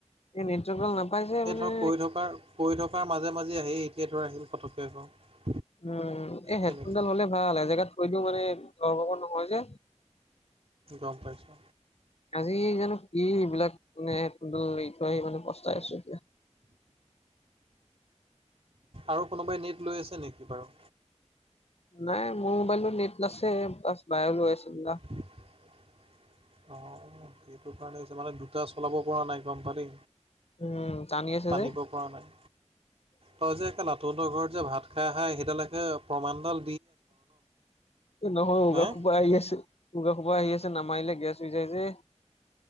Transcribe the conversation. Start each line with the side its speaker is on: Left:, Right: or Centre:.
Left: এই নেটৱৰ্ক নাপাইছে
Right: এই
Left: মানে,
Right: ধৰ কৈ থকাৰ কৈ থকাৰ মাজে মাজে আহি এতিয়া ধৰ আহিল পটককে আকৌ।
Left: উম, এই
Right: তেনেকুৱা।
Left: হেডফোনডাল হ'লে ভাল এ জেগাত থৈ দিও মানে <unintelligible> নহয় যে।
Right: গম পাইছোঁ।
Left: আজি জানো কি এইবিলাক মানে হেডফোন দাল এৰিঠয় আহি মানে পস্তাই আছো এতিয়া।
Right: আৰু কোনোবাই নেট লৈ আছে নেকি বাৰু?
Left: নাই মোৰ মোবাইলটোত নেট আছে। প্লাছ বাইও লৈ আছিল না।
Right: <unintelligible> অ', অ' সেইটো কাৰণে হৈছে মানে। দু <unintelligible> চলাব পৰা নাই গম পালি
Left: উম টানি আছে
Right: টানিব
Left: যে
Right: পৰা নাই। তই যে কেলা তহঁতৰ ঘৰত যে ভাত খাই আহা সেইদালকহে প্ৰমাণদল
Left: এ নহয় <unintelligible>
Right: হে
Left: খুব আহি আছিল। উগাৰ খোপা আহি আছে নামাৰিলে গেছ হৈ যাই যে।